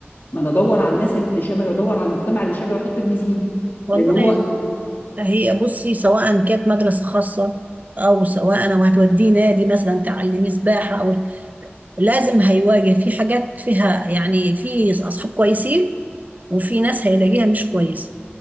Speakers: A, on the left; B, on the right.
A: ما انا ادور على الناس اللي شبهي وادور على المجتمع اللي شبهي واحط ابني فيه
B: والله
A: لان هو
B: هي بصي سواء كانت مدرسة خاصة أو سواء أنا وهتوديه نادي مثلا تعلمي سباحة أو لازم هيواجه في حاجات فيها يعني في أصحاب كويسين وفي ناس هيلاقيها مش كويسة